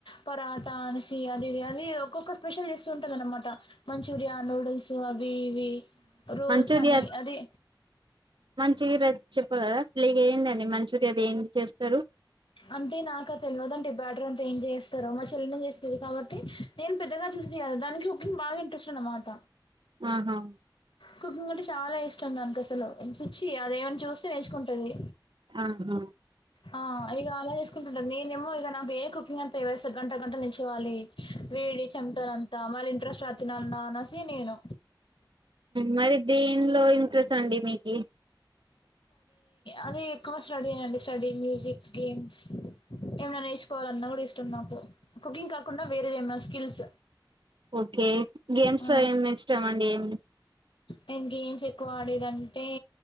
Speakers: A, on the left; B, on the right.
A: పరాట అన్సి అదిది అది ఒక్కొక్క స్పెషల్ చేస్తు ఉంటది అన్నమాట మంచూరియా నూడుల్స్ వివి రోల్స్
B: మంచూరియా
A: అని అది
B: చీరద్ చెప్ప గదా లేక ఏందండి మంచూర్యా దేనికి చేస్తారు
A: అంటే నాక తెలవదంటే బ్యాడర్ అంటే ఏం చేస్తారో మా చెల్లె నె చేస్తది కాబట్టి నేన్ పెద్దగా చూస్ చేయాలి దానికి కుకింగ్ బాగా ఇంట్రెస్ట్ అన్న మాట
B: ఆహా
A: కుకింగ్ అంటే చాలా ఇష్టం దానికి అసలు పిచ్చి అదేమని చూస్తే నేర్చుకుంటది
B: ఆహా
A: ఆ ఇగ అలా చేసుకుంటుంటంది నేనేమో ఇగ నాకు ఏ కుకింగ్ అంత వేస్త గంట గంట నించోవాలి వేడి చమ్టాలంత మరి ఇంట్రెస్ట్ రాద్ తినాలాన్నా అనేసి నేను
B: మరి దెన్లో ఇంట్రెస్ అండి మీకి
A: అదే ఎక్కువ స్టడీ అండి స్టడీ మ్యూజిక్ గేమ్స్ ఏమైన నేర్చుకోవాలన్న కూడ ఇష్టం నాకు కుకింగ్ కాకుండ వేరేది ఏమైన స్కిల్స్
B: ఓకే గేమ్స్
A: ఆ!
B: లో ఏమి ఇష్టం అండి ఏం
A: నేను గేమ్స్ ఎక్కువ ఆడేదాన్ని ఏ